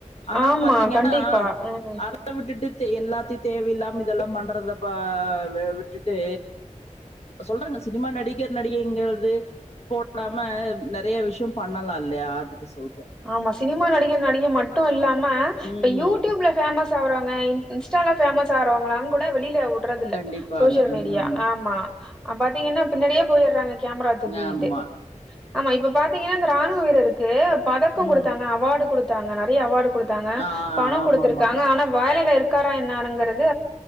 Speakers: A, on the left (about 50°); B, in the centre.
A: ஆனா
B: ஆமா
A: பாத்தீங்கன்னா
B: கண்டிப்பா ம்
A: அடுத் அத விட்டுட்டு தெ எல்லாத்தையு தேவை இல்லாம இதெல்லா பண்றத பா விட்டுட்டு சொல்றங்க சினிமா நடிகர் நடிகைங்கிறது போட் நாம நெறையா விஷ்யோ பண்ணலா இல்லையா அதுக்கு சொல்றே
B: ஆமா சினிமா நடிகர் நடிகை மட்டு இல்லாம
A: ம்.
B: இப்ப யூடியூப்ல பேமஸ் ஆவுராங்க இன்ஸ்டால பேமஸ் ஆவுரவங்ளா கூட வெளியில விட்ரது இல்ல
A: கண்டிப்பாங்க.
B: சோசியல் மீடியா
A: ம்.
B: ஆமா பாத்தீங்கன்னா பின்னாடியே போயிட்ற மாறி கேமரா தூக்கிக்கிட்டு
A: ஆமா.
B: ஆமா இப்ப பாத்தீங்கன்னா இந்த ராணுவ வீரருக்கு பதக்கோ
A: ம்.
B: கொடுத்தாங்க அவார்டு குடுத்தாங்க நெறைய அவார்டு குடுத்தாங்க
A: ஆ
B: பணோ
A: ஆமாமா.
B: குடுத்துருக்காங்க
A: ஆமா.
B: ஆனா வேலைளே இருக்காரா என்னாங்கிறது